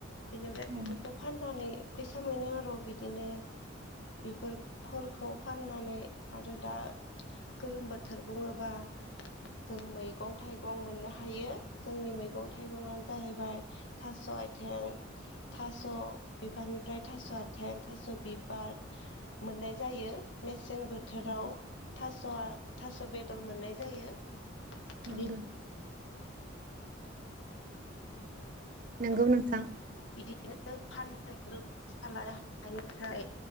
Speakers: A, on the left (about 65°); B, on the right (about 40°).
A: बेनिफ्राय
B: औ
A: बेफोरखौ फाननानै फैसा मोनो आरो बिदिनो बेफोर फलखौ फाननानै आरो दा गोलोम बोथोर बुङोबा जों मैगं थाइगं मोननो हायो जोंनि मैगं मैगं थाइगंआ जाहैबाय थास' आथिं। थास' बिफांनिफ्राय थास' आथिं, थास' बिबार मोननाय जायो मेस । मेसें बोथोराव
B: नंगौ
A: थास' थास'आ थास' बेदर मोननाय जायो।
B: नंगौ।
A: बे
B: नंगौ
A: औ
B: नोंथां।
A: बिदिनो फाननानैबो फैसाला हानिफ्राय